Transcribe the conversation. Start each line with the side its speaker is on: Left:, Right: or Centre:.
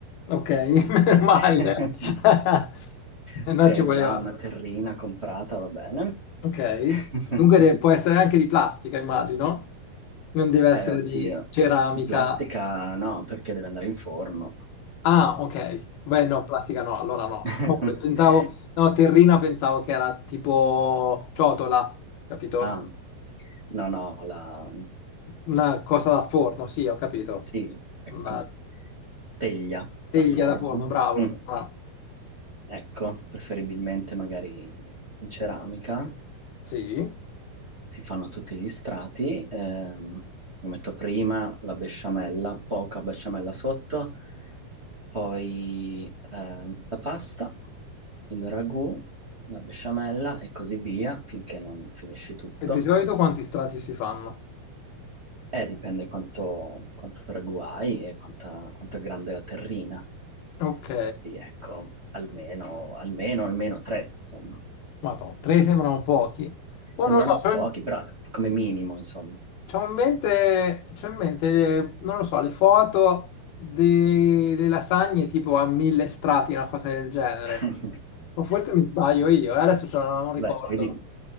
Left: Ok, <laughs> meno male.
Right: <laughs>
Left: <laughs> Se
Right: Se
Left: no ci
Right: hai
Left: voleva.
Right: già una terrina comprata, va bene.
Left: Ok.
Right: <laughs>
Left: Dunque de- può essere anche di plastica, immagino. Non deve essere
Right: Beh, oddio,
Left: di ceramica.
Right: plastica no, perché deve andare in forno.
Left: Ah, ok. Beh, no, plastica no, allora
Right: Eh.
Left: no.
Right: <laughs>
Left: No, Pensavo, no, terrina pensavo che era tipo ciotola, capito?
Right: Ah, no, no, la...
Left: Una cosa da forno, sì, ho capito.
Right: Sì, ecco.
Left: Una
Right: Teglia
Left: teglia
Right: da forma.
Left: da forno, bravo.
Right: Mm,
Left: bravo.
Right: Ecco, preferibilmente magari in ceramica.
Left: Sì.
Right: Si fanno tutti gli strati. ehm, io metto prima la besciamella, poca besciamella sotto, poi ehm, la pasta, il ragù, la besciamella e così via, finché non finisci tutto.
Left: E di solito quanti strati si fanno?
Right: Eh, dipende quanto, quanto ragù hai e quanta- quanto è grande la terrina.
Left: Ok.
Right: Quindi ecco, almeno, almeno, almeno tre, insomma.
Left: Madonna, tre sembrano pochi. Poi
Right: Sembrano
Left: non lo so,
Right: pochi,
Left: c'ho in,
Right: però come minimo, insomma.
Left: c'ho in mente, c'ho in mente, le- non lo so, le foto delle lasagne tipo a mille strati, una cosa del genere.
Right: <laughs>
Left: O forse mi sbaglio io, eh, adesso c'ho- non ricordo,
Right: Beh, poi di-